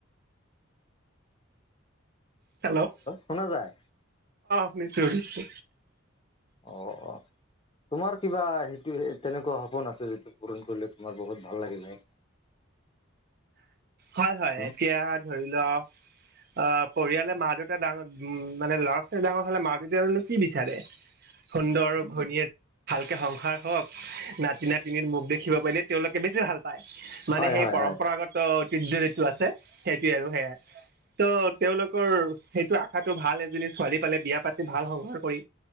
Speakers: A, on the right; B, on the left.
A: হেল্ল' অ'
B: শুনা যায়
A: শুনিছো শুনিছো।
B: অ অ তোমাৰ কিবা সেইটো তেনেকুৱা সপোন আছে যিটো পূৰণ কৰিলে তোমাৰ বহুত ভাল লাগিল হৈ।
A: হয়, হয়,
B: উম,
A: এতিয়া ধৰি ল অ', পৰিয়ালে মা দেউতা ডাঙৰ মানে ল'ৰা ছোৱালী ডাঙৰ হ'লে মা দেউত আৰুনো কি বিচাৰে। সুন্দৰ ঘণীয়েক ভালকে সংসাৰ হওক, নাতি নাতিনী মুখ দেখিব পাৰিলে তেওঁলোকে বেছি ভাল পায়। মানে
B: হয়
A: সেই
B: হয়
A: পৰম্পৰাগত
B: হয়
A: ঐতিহ্য যিটো আছে সেইটোৱে আৰু সেয়াই। ত তেওঁলোকৰ সেইটো আশাটো ভাল এজনী ছোৱালী পালে বিয়া পাতি ভাল সংহাৰ কৰি